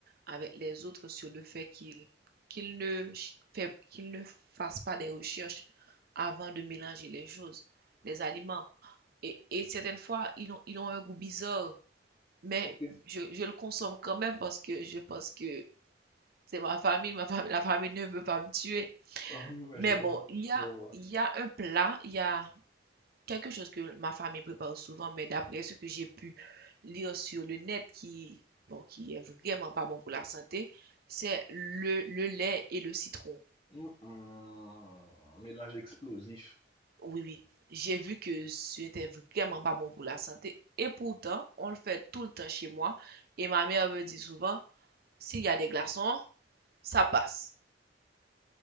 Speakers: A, on the right; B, on the left.
A: avec les autres sur le fait qu'ils qu'ils ne, ch- fait- qu'ils ne fassent pas des recherches avant de mélanger les choses, les aliments. Et, et certaines fois, ils ont, ils ont un goût bizarre. Mais
B: Ok,
A: je, je le consomme quand même parce que je pense que c'est ma famille, ma famille, la famille ne veut pas me tuer.
B: Hum, ouais,
A: Mais
B: je comprends.
A: bon, il y a,
B: Je vois.
A: il y a un plat, il y a quelque chose que ma famille prépare souvent, mais d'après ce que j'ai pu lire sur le net, qui, bon, qui est vraiment pas bon pour la santé, c'est le, le lait et le citron.
B: Hum, hum, mélange explosif.
A: Oui, oui. J'ai vu que c'était vraiment pas bon pour la santé. Et pourtant, on le fait tout le temps chez moi. Et ma mère me dit souvent, s'il y a des glaçons, ça passe.